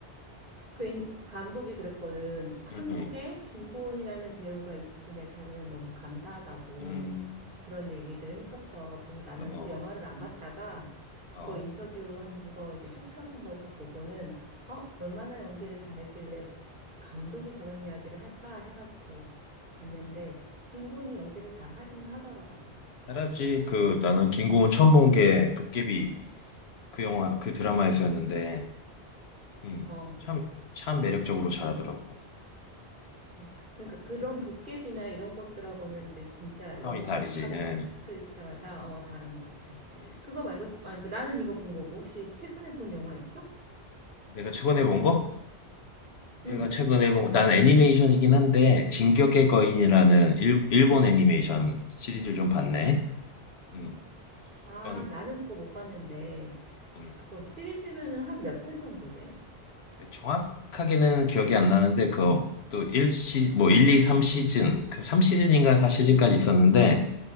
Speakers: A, on the right; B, on the left.
A: 그 인- 감독이 그랬거든. 한국에
B: 응, 응.
A: 김고은이라는 배우가 있음에 자기는 너무 감사하다고
B: 음,
A: 그런 얘기를 했었어. 그래서 나는
B: 어,
A: 그 영화를 안 봤다가 그거
B: 어, 어.
A: 인터뷰한 거 이제 쇼츠 같은 거에서 보고는 어, 얼마나 연기를 잘했길래 감독이 저런 이야기를 할까 해가지고 봤는데
B: 음.
A: 김고은이 연기를 잘 하긴 하더라고.
B: 알았지. 그, 나는 김고은 처음 본 게 도깨비 그 영화, 그 드라마에서였는데, 음,
A: 어,
B: 참, 참 매력적으로 잘하더라고.
A: 어, 그러니까 그런
B: 음,
A: 도깨비나 이런 것들하고는 이제 진짜
B: 상황이
A: 영화
B: 다르지.
A: 역할을
B: 응.
A: 받을 때마다 어, 다른 것 같아.
B: 음.
A: 그거 말고 아, 그러니까 나는 이거 본 거고 혹시 최근에 본 영화 있어?
B: 내가 최근에 본 거? 내가
A: 응,
B: 최근에 본, 나는 애니메이션이긴 한데, 진격의 거인이라는
A: 응.
B: 일, 본 애니메이션 시리즈를 좀 봤네. 음,
A: 아,
B: 그건,
A: 나는 그거 못 봤는데
B: 음,
A: 그거 시리즈면은 한 몇 편 정도 돼?
B: 정확하게는 기억이 안 나는데, 그, 또 1시, 뭐일 2, 3시즌, 그 3시즌인가 4시즌까지 있었는데,